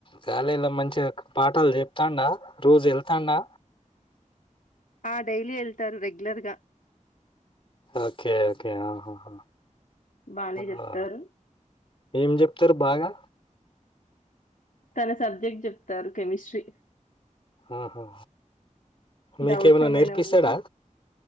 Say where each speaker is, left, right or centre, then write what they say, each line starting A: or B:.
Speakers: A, on the left; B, on the left.
A: కాలేజ్ లో మంచిగా పాఠాలు చెప్తాండా రోజు ఏళ్తాండా
B: ఆ డైలీ ఏళ్తారు రెగ్యులర్ గా
A: ఓకే ఓకే ఆహా హా
B: బానే చెప్తారు
A: హా ఏం చెప్తారు బాగా
B: తన సబ్జెక్ట్ చెప్తారు కెమిస్ట్రీ
A: ఆహా మీకేమన్న
B: డౌట్స్ ఏమైనా
A: నేర్పిస్తాడా
B: ఉంటే